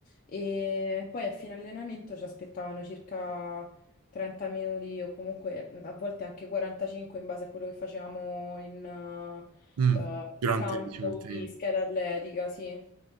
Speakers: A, on the left; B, on the right.
A: e poi a fine allenamento ci aspettavano circa 30 minuti o comunque mm, a volte anche 45 in base a quello che facevamo in eh,
B: Mm,
A: eh,
B: Durante,
A: campo
B: diciamo, il training.
A: di scheda atletica, sì.